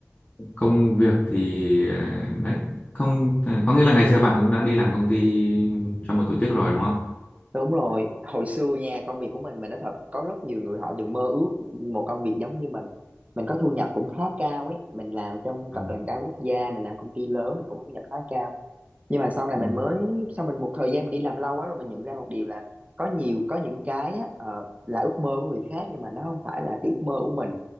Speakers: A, on the left (about 20°); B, on the right (about 30°).
A: công việc thì ờ, đấy không ờ, có nghĩa là ngày xưa bạn cũng đã đi làm công ty cho một tổ chức rồi đúng không?
B: Đúng rồi, hồi xưa nha, công việc của mình mình nói thật có rất nhiều người họ từng mơ ước một công việc giống như mình. Mình có thu nhập cũng khá cao ấy, mình làm trong tập
A: Ừ,
B: đoàn đa quốc gia, mình làm công ty lớn mình cũng có thu nhập khá cao. Nhưng mà sau này
A: ừ,
B: mình mới sau mình một thời gian mình đi làm lâu quá rồi mình nhận ra một điều là có nhiều có những cái á ờ, là ước mơ của người khác nhưng mà nó không phải là cái ước mơ của mình.